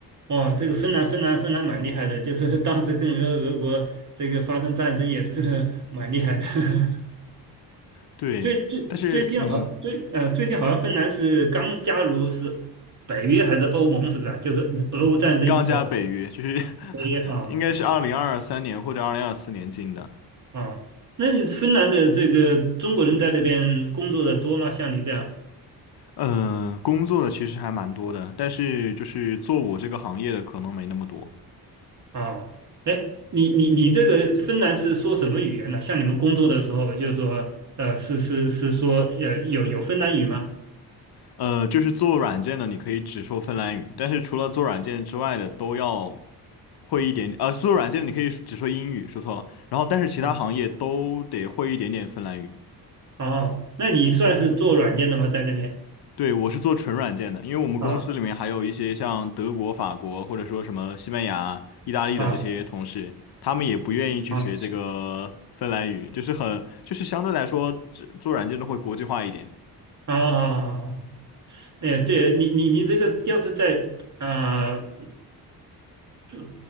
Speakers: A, on the right (about 45°); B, on the left (about 65°).
A: 哇，这个芬兰芬兰芬兰蛮厉害的，就是当时跟俄俄国这个发生战争也是 <laughs> 蛮厉害的。<laughs>
B: 对，
A: 最最最近好最呃最近好像芬兰是刚加入是北约还是欧盟是不是啊？
B: 但是嗯，
A: 就是俄乌战争以后
B: 刚加北约，就是 <laughs>
A: 北约啊啊
B: 应该是二零二三年或者二零二四年进的。
A: 啊，那你芬兰的这个中国人在那边工作的多吗？像你这样
B: 嗯、工作的其实还蛮多的，但是就是做我这个行业的可能没那么多。
A: 啊？哎，你你你这个芬兰是说什么语言呢？像你们工作的时候，就是说呃是是是说呃有有芬兰语吗？
B: 呃，就是做软件的，你可以只说芬兰语，但是除了做软件之外的，都要。会一点，呃，输入软件你可以只说英语，说错了，然后但是其他行业都得会一点点芬兰语。
A: 啊哦，那你算是做软件的吗？在那边
B: 对，我是做纯软件的，因为我们公司里面还有一些像德国、
A: 啊
B: 法国或者说什么西班牙、意大利的这些同事，
A: 啊
B: 他们也不愿意去学这个芬兰语，
A: 啊啊
B: 就是很，就是相对来说，这做软件的会国际化一点。
A: 啊！啊啊哎，对你，你你这个要是在啊、呃就